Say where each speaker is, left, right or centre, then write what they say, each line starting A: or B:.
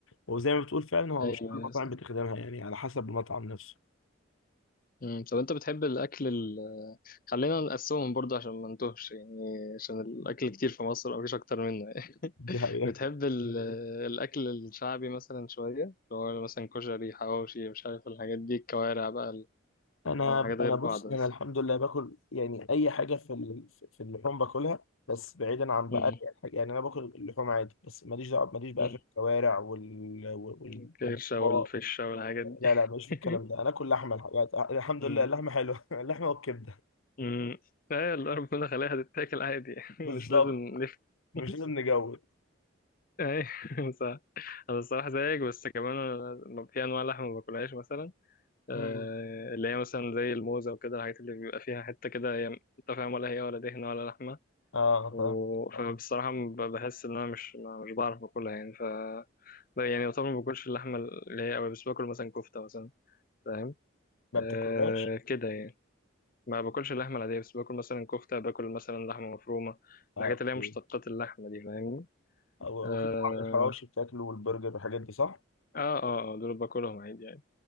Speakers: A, on the left (about 85°); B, on the left (about 45°).
A: وزي ما بتقول فعلا هو
B: أيوه
A: مش كل المطاعم بتخدمها يعني على حسب المطعم نفسه
B: مم. طب انت بتحب الاكل ال... خلينا نقسمهم برضه عشان ما نتوهش يعني عشان الاكل كتير في مصر او مفيش اكتر منه يعني.
A: دي
B: <laughs>
A: حقيقه
B: بتحب ال... مم. الاكل الشعبي مثلا شويه اللي هو مثلا كشري حواوشي مش عارف الحاجات دي الكوارع بقى ال-
A: انا
B: يعني هو حاجات غير
A: انا بص
B: بعض بس
A: انا الحمد لله باكل يعني اي حاجه في ال- في اللحوم باكلها بس بعيدا عن
B: مم.
A: بقى دي الحاجة يعني انا باكل اللحوم عادي بس ماليش دعوه ماليش بقى
B: مم.
A: في الكوارع وال وال
B: الكرشه
A: والمطبخ
B: والفشه والحاجات دي
A: لا لا ماليش في
B: <laughs>
A: الكلام ده انا اكل لحمه الحاجات الحمد
B: مم.
A: لله اللحمه حلوه <laughs> اللحمه والكبده
B: مم. ايه اللي ربنا خليها تتاكل عادي <laughs>
A: بالظبط
B: مش لازم نفت
A: مش
B: <laughs>
A: لازم نجود
B: ايه صح انا الصراحه زيك بس كمان أنا في انواع لحمه ما باكلهاش مثلا آه،
A: امم
B: اللي هي مثلا زي الموزة وكده الحاجات اللي بيبقى فيها حتة كده هي انت فاهم ولا هي ولا دهنة ولا لحمة
A: اه
B: و...
A: فاهم
B: فبصراحة
A: آه.
B: ب- بحس إن أنا مش ما- مش بعرف أكلها يعني ف ب- يعني طبعا ما باكلش اللحمة اللي هي أوي بس باكل مثلا كفتة مثلا فاهم
A: ما
B: أه
A: بتاكلهاش
B: كده يعني ما باكلش اللحمة العادية بس باكل مثلا كفتة باكل مثلا لحمة مفرومة
A: اه
B: الحاجات
A: اوكي
B: اللي هي مشتقات اللحمة دي فاهمني
A: أو- واكيد
B: اه
A: طبعا الحواوشي بتاكله والبرجر والحاجات دي صح؟
B: اه اه آه، دول باكلهم عادي يعني